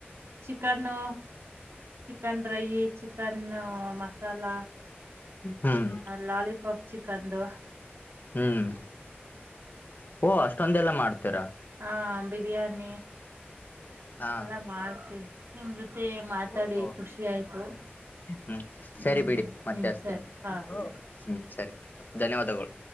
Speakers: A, on the right (about 80°); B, on the left (about 50°).
A: chicken chicken Rai chicken masala
B: ಹ್ಮ್
A: ಲಾಲಿಪಾಪ್ ಚಿಕಂದು
B: ಹ್ಮ್ ಓ ಅಷ್ಟೊಂದೆಲ್ಲ ಮಾಡ್ತೀರ
A: ಆ ಬಿರಿಯಾನಿ
B: ಹಾ
A: ಎಲ್ಲಾ ಮಾಡ್ತೀವಿ ನಿಮ್ ಜೊತೆ ಮಾತಾಡಿ
B: ಓ
A: ಖುಷಿ ಆಯ್ತು
B: ಹ್ಮ್
A: ಹ್ಮ್
B: ಸರಿ ಬಿಡಿ ಮತ್ತೆ
A: ಹ್ಮ್
B: ಅಸ್ತೇನೆ
A: ಸರಿ ಹಾ ಸರಿ
B: ಹ್ಮ್ ಸರಿ ಧನ್ಯವಾದಗಳು